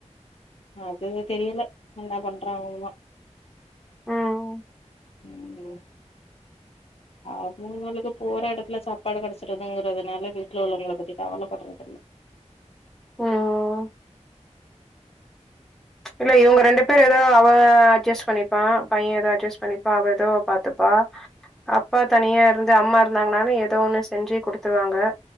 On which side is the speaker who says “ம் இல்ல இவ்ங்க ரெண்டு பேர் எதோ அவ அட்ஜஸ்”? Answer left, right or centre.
Centre